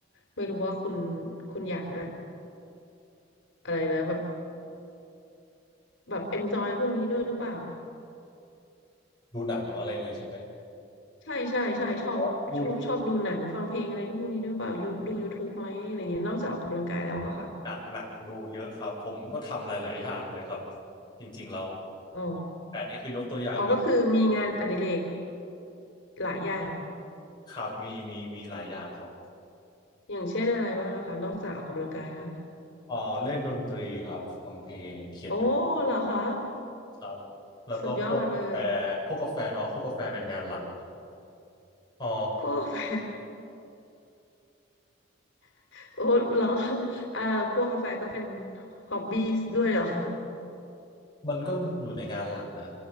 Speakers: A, on the left; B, on the left.
A: ไม่รู้ว่าคุณคุณอย่างอะ อะไรนะแบบแบบเอนจอยพวกนี้ด้วยหรือเปล่า
B: ดูหนังอะไรอย่างงี้ใช่ไหม
A: ใช่ใช่ใช่ชอบชอบชอบดูหนังฟังเพลงอะไรพวกนี้ด้วยเปล่ายูดู
B: อ๋อดู
A: YouTube ไหมอะไรเงี้ยนอกจากออกกำลังกายแล้วอะค่ะ
B: หนักหนักดูเยอะครับผมก็ทำหลายๆอย่างเลยครับจริงๆแล้ว
A: อ๋อ
B: แต่นี่คือยกตัวอย่างมา
A: อ๋อก็คือมีงานอดิเรกหลายอย่าง
B: ครับมีมีมีหลายอย่างครับ
A: อย่างเช่นอะไรบ้างอะคะนอกจากออกกำลังกายแล้ว
B: อ๋อเล่นดนตรีครับทำเพลงเขียนเพลง
A: โอ้เหรอคะ
B: ครับแล้วก็พวกกาแฟ
A: สุดยอดเลย
B: พวกกาแฟอ๋อพวกกาแฟเป็นงานหลักอ๋อ
A: คั่วกาแฟ <laughs> โอ้เหรออ่าคั่วกาแฟก็เป็นฮอบบี้ด้วยเหรอ
B: มันก็อยู่ในงานหลักนะ